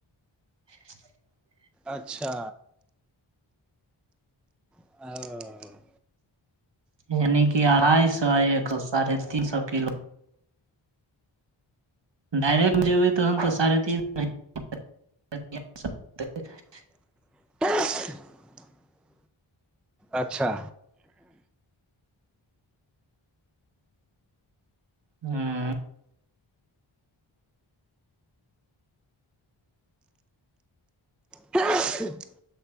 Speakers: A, on the right; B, in the centre.
A: <inaudible>
B: अच्छा ओ
A: यानी की अढ़ाई सौ आ एक सौ साढ़े तीन सौ किलो डायरेक्ट जेबै तहन तऽ साढ़े तीन म <unintelligible>
B: <inaudible> अच्छा
A: हुँ
B: <inaudible>